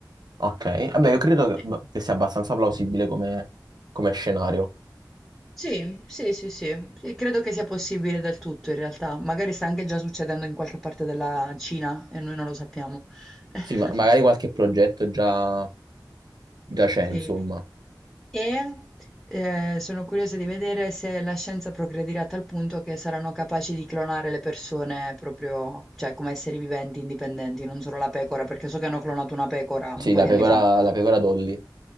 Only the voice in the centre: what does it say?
Eh,
Sì, sì, sì, sì. E credo che sia possibile del tutto in realtà. Magari sta anche già succedendo in qualche parte della Cina e noi non lo sappiamo. <laughs>
Sì.
E eh, sono curiosa di vedere se la scienza progredirà a tal punto che saranno capaci di clonare le persone proprio, cioè come esseri viventi indipendenti, non solo la pecora, perché so che hanno clonato una pecora un
po'
di
anni fa.